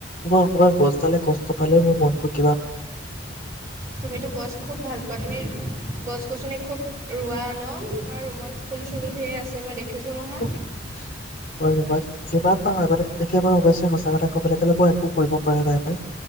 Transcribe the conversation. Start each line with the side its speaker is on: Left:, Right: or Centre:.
Left: মোৰ অকমান গছডালে কষ্ট পালে মোৰ মনটোত
Right: তুমিতো গছ খুব ভাল পোৱা তুমি। গছ গছনি খুব ৰোৱা ন তোমাৰ ৰুমত ফুল চুলো ধেই আছে মই দেখিছো নহয়
Left: মই যিমান পাৰো আগতে এতিয়া বাৰু সু <unintelligible> এটা ক'বলে গ'লে মই একো কৰিব পৰা নাই পাই